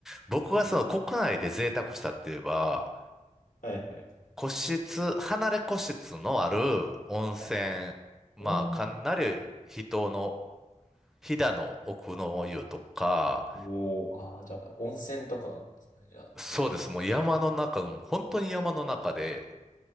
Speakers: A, in the centre; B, on the left (about 80°).
A: 僕がその国内で贅沢したって言えば、
B: はいはい。
A: 個室、離れ個室のある温泉、
B: はい。
A: まあ、
B: うん。
A: かなり人の、飛騨の奥の湯とか、
B: おお、ああ、じゃあ、温泉とかなんですかね、じゃあ。
A: そうです、もう山の中本当に山の中で、